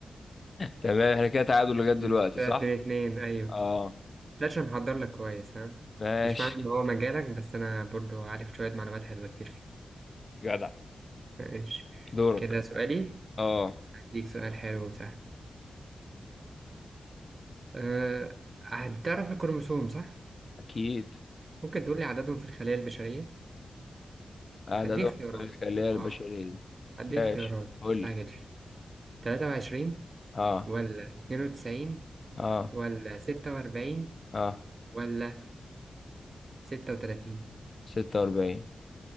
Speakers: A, on the left (about 45°); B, on the right (about 50°).
A: تمام احنا كده تعادل لغاية دلوقتي
B: مم. كده
A: صح
B: اتنين اتنين أيوه
A: اه
B: متقلقش أنا محضر لك كويس ها
A: ماشي
B: مش معنى إن هو مجالك بس أنا برضو عارف شوية معلومات حلوة كتير فيه
A: <laughs> جدع
B: ماشي
A: دورك
B: كده سؤالي
A: اه
B: هديك سؤال حلو وسهل أه... هتعرف الكروموسوم صح؟
A: اكيد
B: ممكن تقول لي عددهم في الخلايا البشرية؟
A: عددهم
B: هدي اختيارات
A: في الخلايا البشرية
B: اه هدي
A: ماشي
B: اختيارات
A: قول
B: مستعجلش
A: لي
B: تلاتة وعشرين
A: اه
B: ولا اتنين وتسعين
A: اه
B: ولا ستة وأربعين
A: اه
B: ولا ستة وتلاتين
A: 46